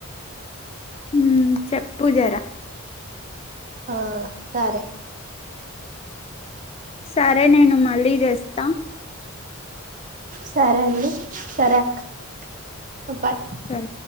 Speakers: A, on the left (about 25°); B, on the right (about 35°).
A: ఉ చెప్పూజర
B: ఆ సరే
A: సరే నేను మళ్ళీ చేస్తా.
B: సరే అండి. సరక్ పోపాయ్
A: సరే